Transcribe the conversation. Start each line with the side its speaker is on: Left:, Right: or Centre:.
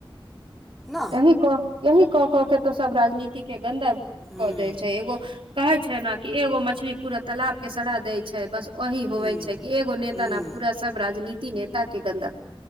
Centre: ना
Right: एहि कऽ एही कऽ कऽ के तऽ सब राजनीति के गन्दा
Centre: हूँ
Right: कऽ देल छै एगो कहे छै ने कि एगो मछली पूरा तालाब के सड़ा देय छै बस ओही होवे
Centre: हूँ
Right: छै कि एगो नेता
Centre: हूँ
Right: ने पूरा सब राजनीति नेता के गन्दाक